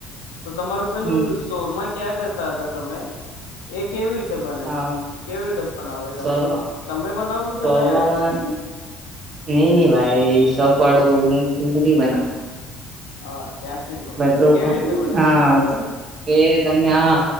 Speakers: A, on the left; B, on the right.
A: તો તમારું પેલું.
B: હમ
A: સોરમાં ક્યાં કરતા હતા તમે. એ કેવી રીતે બને
B: હા
A: કેવી રીતે બનાવો એ તમે
B: શોરમાં
A: તમે બનાવો કે
B: શોરમામાં
A: પેલા.
B: નઈ નહી ભાઈ શોક વાળો
A: હમ
B: હું ની બનાવ.
A: હા ત્યાંથી જ લો
B: તો
A: કેવી રીતે બને
B: હા
A: તમને ખબર છે.
B: એ તમને આ